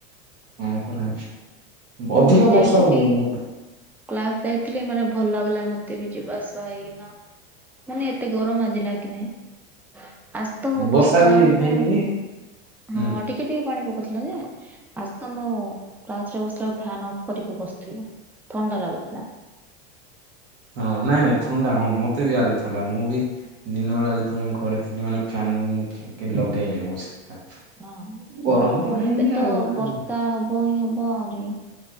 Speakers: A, on the right; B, in the centre.
A: ହଁ ପରା ଅଧିକ
B: ମୁଁ ବି ଯାଇଥିଲି
A: ବର୍ଷ ହଁ
B: କ୍ଲାସ ଯାଇଥିଲି ମାନେ ଭଲ୍ ଲାଗିଲା ମତେ ବି ଯିବା ଆସିବା ହେଇକିନା, ମାନେ ଏତେ ଗରମ ଆଜି ଲାଗି ନାହିଁ। ଆଜ୍ ତ ମୁଁ
A: ବର୍ଷା
B: ବସିଥିଲା
A: ବି
B: ବେଳକୁ
A: ହେଇନି ହୁଁ
B: ହଁ ଟିକେ ଟିକେ ପାଣି ପକଉଥିଲା ଯେ, ଆଜ୍ ତ ମୁଁ କ୍ଲାସରେ ବସିଥିଲା ବେଳୁ ଫ୍ୟାନ୍ ଅଫ୍ କରିକି ବସିଥିଲୁ। ଥଣ୍ଡା ଲାଗୁଥିଲା।
A: ହଁ, ନାଇଁ ନାଇଁ ଥଣ୍ଡା, ହଁ ମତେ ବି ଆଜି ଥଣ୍ଡା। ମୁଁ ବି ଦିନବେଳା ଯେତେବେଳେ ଘରେ ଥିଲି ମାନେ ଫ୍ୟାନ୍ ମୁଁ କେ ଲଗେଇନି ମୁଁ ସେ
B: ହଁ।
A: ଗରମ ତ ହେଇନି
B: ଏବେ
A: ଆଉ କାହିଁକି?
B: ବର୍ଷା ହବ ହିଁ ହବ ଆଉରି।